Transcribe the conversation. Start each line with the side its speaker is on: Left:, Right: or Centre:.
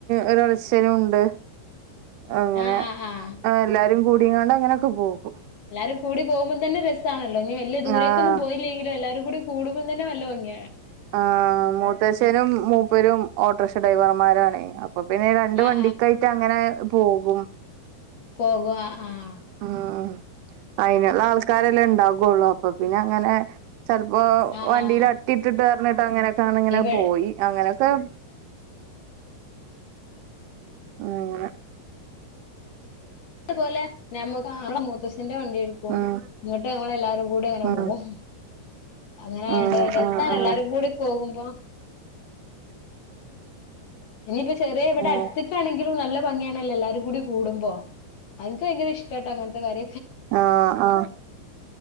Right: ഒരു ഇളച്ഛനും ഉണ്ട്. അങ്ങനെ
Left: ആഹ് ആഹ് ആഹ്
Right: എല്ലാരും കൂടിയങ്ങാണ്ട് അങ്ങനെയൊക്കെ പോകും.
Left: എല്ലാരുംൂടി പോുമ്പോം തന്നെ രസാണല്ലോ ഇനി വലിയ ദൂരേക്കൊന്നും
Right: ആഹ്
Left: പോയില്ലെങ്കിലും എല്ലാരും കൂടി കൂടുമ്പോം തന്നെ നല്ല ഭംഗിയാണ്-
Right: ആഹ് മൂത്ത്ശനും മൂപ്പരും ഓട്ടോറിക്ഷ ഡ്രൈവർമാരെണ അപോ പിന്നെ രണ്ട്
Left: ആഹ്
Right: വണ്ടിക്കായിട്ട്
Left: ആഹ്
Right: അങ്ങനെ പോകും.
Left: പോകവാ ആഹ്
Right: ഉം അയിനുള്ള ആൾക്കാരെല്ലാം ഉണ്ടകുള്ളൂ അപ്പൊ പിന്നെ അങ്ങനെ- ചിലപ്പോ
Left: ആഹ്
Right: വണ്ടിൽ
Left: ആഹ്
Right: അട്ടിയിട്ടിട്ട് പറഞ്ഞിട്ട് അങ്ങനെയൊക്കെണ് ഇങ്ങനെെ
Left: ഇവ
Right: പോയി- അങ്ങനെയൊക്കെ ഉം അങ്ങനെ.
Left: ഇത് പോലെ <unintelligible> കാറോ മൂത്തച്ചന്റെ വണ്ടിട് ക്കും
Right: ഉം
Left: ന്നട്ട് ഞങ്ങളെല്ലാരും കൂടി അങ്ങനെ
Right: ഉം
Left: പോവും. അങ്ങനെആയോണ്ട്
Right: ഉം
Left: രസാണ്
Right: ഉം ഉം
Left: എല്ലാരും കൂടി പോകുമ്പോ. ഇഞ്ഞിപ്പം ചെറിയ ഇവിടെ
Right: ഉം
Left: അടുത്തക്കാണെങ്കിലും നല്ല ഭംഗിയാണല്ലോ എല്ലാരും കൂടി കൂടുമ്പോ എനിക്ക് ഭയങ്കര ഇഷ് കേട്ടോ അങ്ങനത്തെ കാര്യം.
Right: ആഹ് ആഹ്